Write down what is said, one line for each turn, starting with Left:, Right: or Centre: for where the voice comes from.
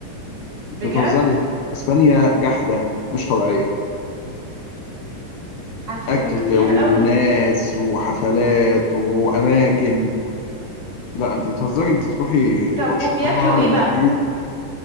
Left: بتهزري
Right: بجد
Left: اسبانيا جحده مش طبيعيه
Right: حاسة
Left: اكل
Right: انه كتير
Left: وناس
Right: قوي
Left: وحفلات واماكن لا انت بتهزري انت تروحي
Right: طب
Left: برشلونه
Right: وبياكلوا
Left: ومدريد
Right: ايه بقى